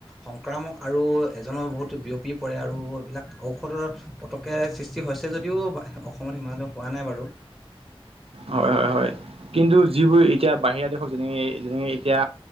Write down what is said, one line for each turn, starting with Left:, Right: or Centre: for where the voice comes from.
Centre: সংক্ৰামক আৰু এজনৰ বহুত বিয়পি পৰে আৰু এইবিলাক ঔষধৰ পতকে সৃষ্টি হৈছে যদিও অসমত সিমান হোৱা নাই বাৰু
Right: হয়। হয়। হয়। কিন্তু যিবোৰ এতিয়া বাহিৰা দেশ হও যেনে যেনে এতিয়া